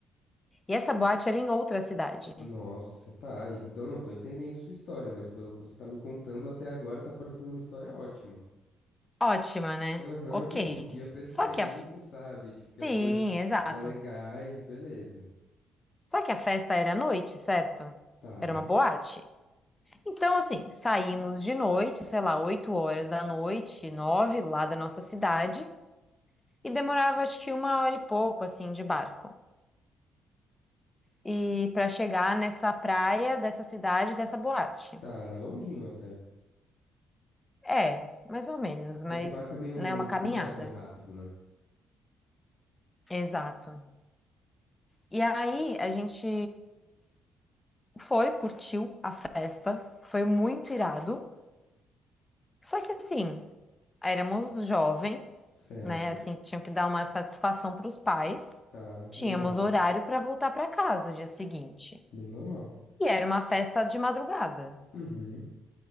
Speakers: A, on the left; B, on the left.
A: E essa boate era em outra cidade.
B: Nossa, tá. en- Então não tô entendendo sua história, mas pelo que você tá me contando até agora tá parecendo uma história ótima.
A: Ótima, né?
B: Aham,
A: Ok.
B: tipo, um dia perfeito,
A: Só que a.
B: sabe? Tipo, que
A: Sim,
B: as coisas
A: exato.
B: são legais, beleza.
A: Só que a festa era à noite, certo?
B: Tá,
A: Era uma boate. Então, assim, saímos de noite, sei lá, 8 horas da noite, 9, lá da nossa cidade, e demorava acho que uma hora e pouco, assim, de barco. E para chegar nessa praia dessa cidade, dessa boate.
B: tá, era longinho até.
A: É, mais ou menos, mas,
B: É que o barco é meio
A: né,
B: lento,
A: uma caminhada.
B: não é tão rápido, né?
A: Exato. E aí a gente foi, curtiu a festa, foi muito irado. Só que assim, Éramos jovens,
B: Certo,
A: né? Assim, que tinham que dar uma satisfação para os pais.
B: tá,
A: Tínhamos
B: normal,
A: horário para voltar para casa dia seguinte.
B: bem normal.
A: E era uma festa de madrugada.
B: Uhum.